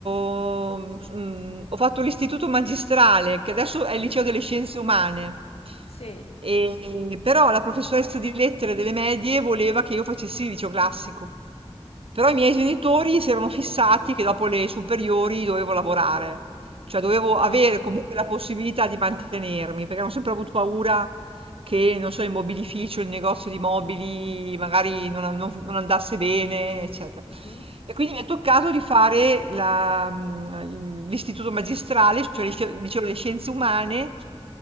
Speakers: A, on the right; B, on the left.
A: mhmm, s mhmm, ho fatto l'istituto magistrale, che adesso è
B: Mm,
A: il liceo delle scienze umane.
B: sì.
A: Ehm, però la professoressa di lettere delle medie voleva che io facessi il liceo classico. Però i miei genitori si erano fissati che dopo le superiori dovevo lavorare, cioè dovevo
B: Ah,
A: avere comunque la possibilità di mantenermi, perché hanno sempre avuto paura che, non so, il mobilificio, il negozio di mobili magari non, non- non andasse bene, eccetera.
B: mhm.
A: E quindi mi è toccato di fare la- mm, l'istituto magistrale, cioè il liceo, il liceo delle scienze umane,